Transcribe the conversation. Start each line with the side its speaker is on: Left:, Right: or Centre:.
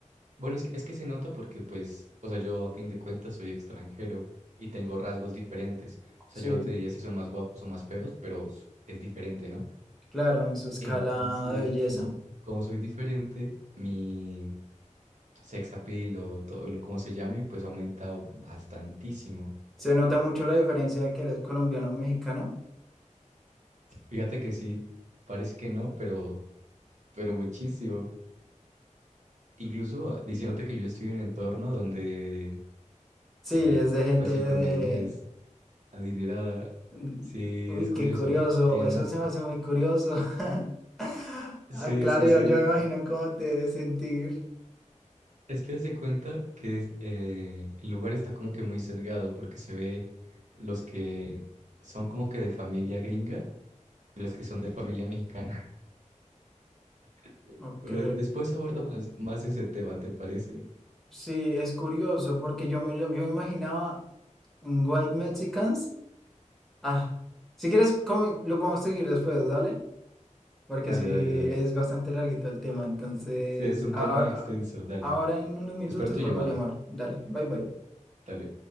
Right: bueno, es que, es que se nota porque, pues, o sea, yo a fin de cuentas soy extranjero y tengo rasgos diferentes. O
Centre: Sí,
Right: sea, yo no te diría si son más guapos o más feos, pero s- es diferente, ¿no?
Centre: claro, en su escala
Right: Entonces,
Centre: de belleza.
Right: como, como soy diferente, mi sex appeal o todo lo como se llame, pues aumenta bastantísimo.
Centre: ¿Se nota mucho la diferencia de que eres colombiano o mexicano?
Right: Fíjate que sí, parece que no, pero, pero muchísimo. Incluso ah, diciéndote que yo estoy en un entorno donde...
Centre: Sí,
Right: eh,
Centre: es de gente
Right: pues
Centre: de,
Right: el promedio es adinerada.
Centre: Mm,
Right: Sí,
Centre: Uy,
Right: es curioso.
Centre: qué curioso,
Right: Tienen
Centre: eso
Right: una...
Centre: se me hace muy curioso. <laughs>
Right: Sí,
Centre: Ah, claro,
Right: sí,
Centre: yo,
Right: sí.
Centre: yo me imagino cómo te debes sentir.
Right: Es que haz de cuenta que es, eh, el lugar está como que muy sesgado porque se ve los que son como que de familia gringa y los que son de familia mexicana. <laughs>
Centre: Ok,
Right: Pero después aborda más, más ese tema, ¿te parece?
Centre: sí, es curioso porque yo me, lo- yo me imaginaba un White Mexicans. Ah, si quieres, come- lo podemos seguir después, ¿dale? Porque
Right: Dale,
Centre: sí,
Right: dale, dale.
Centre: es bastante larguito el tema, entonces
Right: Sí, es un
Centre: ahora,
Right: tema extenso, dale.
Centre: ahora en unos minutos
Right: Espero
Centre: te
Right: tu
Centre: vuelvo
Right: llamada.
Centre: a llamar. Dale, bye bye.
Right: Dale.